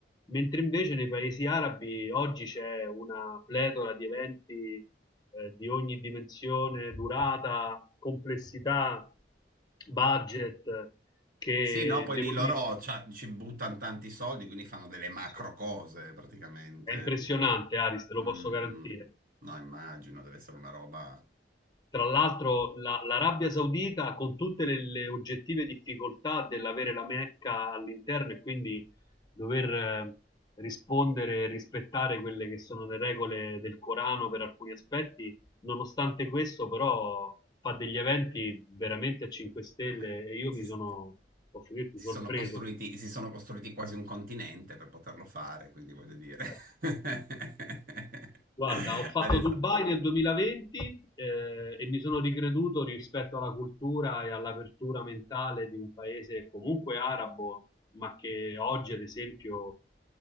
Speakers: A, on the left; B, on the right.
A: Mentre invece nei paesi arabi oggi c'è una pletora di eventi eh, di ogni dimensione, durata, complessità, budget, che
B: Sì, no, poi
A: devo
B: lì loro
A: dire
B: c'ha- ci buttano tanti soldi, quindi fanno delle macro
A: sì,
B: cose praticamente.
A: è impressionante, Aris, te lo
B: Mm,
A: posso garantire.
B: mm. No, immagino, deve essere una roba...
A: Tra l'altro la- l'Arabia Saudita con tutte le, le oggettive difficoltà dell'avere la Mecca all'interno e quindi dover eh, rispondere e rispettare quelle che sono le regole del Corano per alcuni aspetti, nonostante questo però fa degli eventi veramente a 5 stelle
B: eh,
A: e io
B: si,
A: mi
B: si
A: sono, posso dirti,
B: sono
A: sorpreso.
B: costruiti, si sono costruiti quasi un continente per poterlo fare, quindi voglio dire.
A: Dai.
B: <laughs>
A: Guarda, ho fatto
B: Adesso.
A: Dubai nel 2020 eh, e mi sono ricreduto rispetto alla cultura e all'apertura mentale di un paese comunque arabo, ma che oggi, ad esempio,